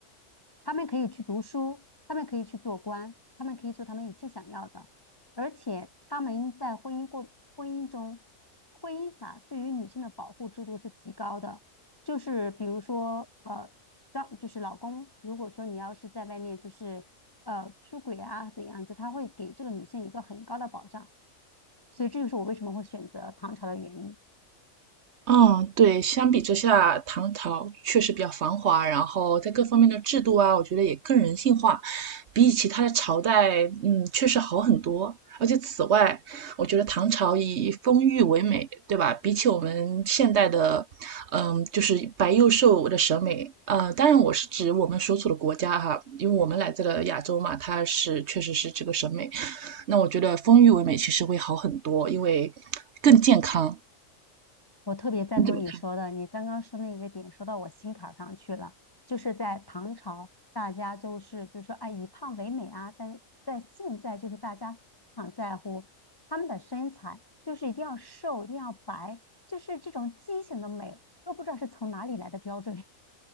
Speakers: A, on the left; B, on the right.
A: 他们可以去读书，他们可以去做官，他们可以做他们一切想要的，而且他们在婚姻过婚姻中，婚姻法对于女性的保护制度是极高的，就是比如说呃，让就是老公，如果说你要是在外面就是呃出轨啊怎样子，他会给这个女性一个很高的保障，所以这就是我为什么会选择唐朝的原因。
B: 嗯，对，相比之下，唐朝确实比较繁华，然后在各方面的制度啊，我觉得也更人性化，比起他的朝代，嗯，确实好很多。而且此外，我觉得唐朝以丰腴为美，对吧？比起我们现代的，嗯，就是白幼瘦的审美，呃，当然我是指我们所处的国家哈，因为我们来自了亚洲嘛，它是确实是这个审美。那我觉得丰腴为美其实会好很多，因为更健康。
A: 我特别赞同你说的，
B: 你怎么看？
A: 你刚刚说那个点说到我心坎儿上去了，就是在唐朝，大家就是就是说，哎，以胖为美啊，但是在现在就是大家非常在乎他们的身材，就是一定要瘦，一定要白，就是这种畸形的美，都不知道是从哪里来的标准。